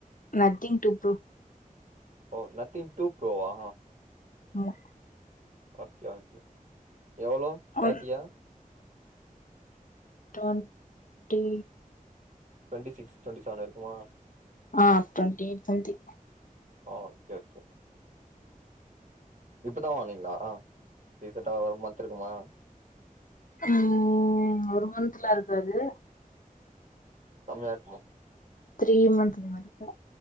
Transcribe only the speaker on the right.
ஓ நத்திங் டூ ப்ரோவா
ஓகே ஓகே எவ்ளோ தேர்ட்டியா
twenty six twenty seven இருக்குமா
ஆ ஒகே ஒகே இப்பதா வாங்னீங்களா ரீசென்டா ஒரு மன்ந்து இருக்குமா
கம்மியா இருக்குமா